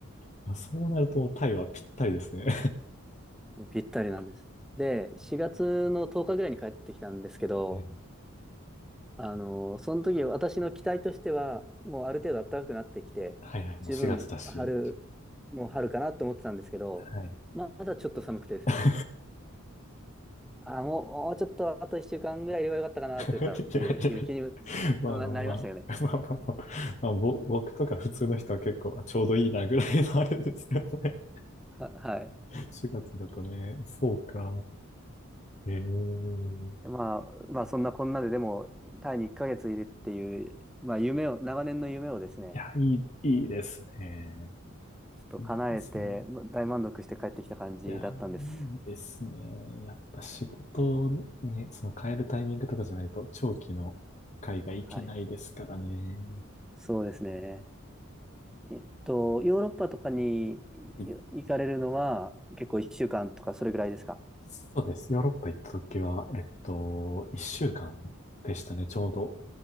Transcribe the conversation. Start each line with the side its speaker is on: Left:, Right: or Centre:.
Left: あそうなると、タイはぴったりですね。
Centre: ぴったりなんです。で、4月の10日ぐらいに帰ってきたんですけど、
Left: <laughs> うん
Centre: あの、その時私の期待としては、もうある程度暖かくなってきて、
Left: はいはい、もう4月だし。
Centre: 十分春、もう春かなと思ってたんですけど、
Left: はい。
Centre: まだちょっと寒くてですね、
Left: <laughs>
Centre: あ、もう、もうちょっとあと1週間ぐらいいればよかったかなというかっていう気にも
Left: いやいやいやまあまあまあ。
Centre: な、なりましたよね。
Left: まあまあまあ、まあぼ、僕とか普通の人は結構あちょうどいいなぐらいのあれですけどね。
Centre: は、はい。
Left: 4月だとね、そうか。ええ
Centre: まあ、まあそんなこんなででも、タイに1ヶ月いるっていう、まあ夢を、長年の夢をですね、
Left: いや、いい、いいですね。
Centre: ちょっと叶えて、
Left: いいですね。
Centre: ま大満足して帰ってきた感じだったんです。
Left: いや、いいですね。やっぱ仕事ね、その変えるタイミングとかじゃないと長期の海外行けないですからね。
Centre: はい。そうですね。えっと、ヨーロッパとかによ行かれるのは結構1週間とかそれぐらいですか
Left: はい。そうです。ヨーロッパ行った時は、えっと、一週間でしたね、ちょうど。